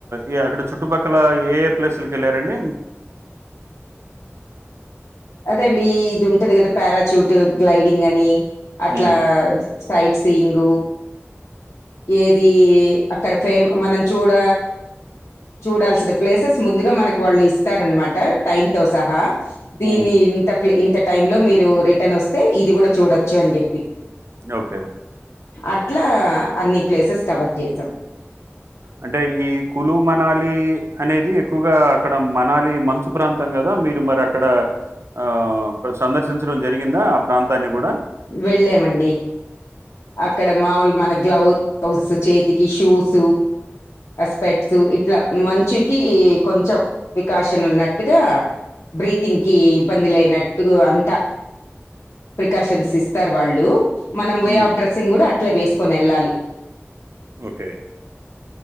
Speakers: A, on the right; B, on the left.
A: ఇ అక్కడ చుట్టుపక్కల ఏ ఏ ప్లేసులక వెళ్ళారండి
B: అదే అండి ఇది ఉంటదిగద పారాషూట్ గ్లైడింగ్ అని అట్లా
A: మ్మ్.
B: సైట్స్ తీంగు ఏది అక్కడ ఫేమ్ మనం చూడ చూడాల్సిన ప్లేసెస్ ముందుగా మనకు వాళ్ళు ఇస్తారనమాట టైమ్ తో సహా దీన్ని
A: మ్మ్.
B: ఇంత ఇంత టైం లో మీరు రిటర్న్ వస్తే ఇది కూడా చూడచ్చు అని చెప్పి
A: ఇది ఓకే
B: అట్లా అన్ని ప్లేసెస్ కవర్ చేసాం
A: అంటే ఈ కులు మనాలి అనేది ఎక్కువగా అక్కడ మనాలి మంచు ప్రాంతం కదా మీరు మరి అక్కడ ఆ సందర్శించడం జరిగిందా ఆ ప్రాంతాన్ని కూడా
B: వెళామండి. అక్కడ మాముూలు మన గ్లౌస్ చేతికి షూస్ అ స్పెట్స్ ఇట్లా మంచుకి కొంచెం ప్రికాషన్ ఉన్నట్టుగా బ్రీతింగ్ కి ఇబ్బంది లేన టుగొ అంత ప్రికాషన్స్ సిస్తార్ వాళ్ళు మనం వే
A: హ్మ్.
B: ఆఫ్ డ్రెస్సింగ్ కూడా అట్లే వేసుకొని వెళ్ళాలి.
A: ఓకే.